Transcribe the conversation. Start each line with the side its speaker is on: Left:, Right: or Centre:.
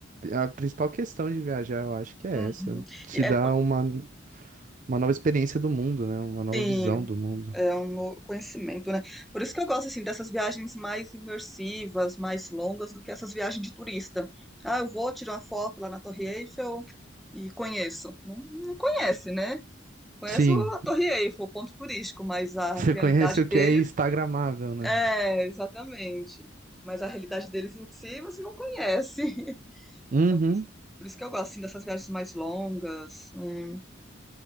Right: a principal questão de viajar, eu acho que é
Centre: uhum.
Right: essa. Te
Centre: E é
Right: dá uma, uma nova experiência do mundo, né? Uma nova
Centre: Sim,
Right: visão do mundo.
Centre: é um novo conhecimento, né? Por isso que eu gosto assim dessas viagens mais imersivas, mais longas do que essas viagens de turista. Ah, eu vou tirar uma foto lá na Torre Eiffel e conheço. Não, não conhece, né? Conhece
Right: Sim,
Centre: a Torre Eiffel, o ponto turístico, mas a
Right: você
Centre: realidade
Right: conhece o
Centre: deles
Right: que é instagramável, né?
Centre: é exatamente. Mas a realidade deles em si você não conhece. <laughs>
Right: Uhum.
Centre: Então, por isso, por isso que eu gosto assim dessas viagens mais longas, né?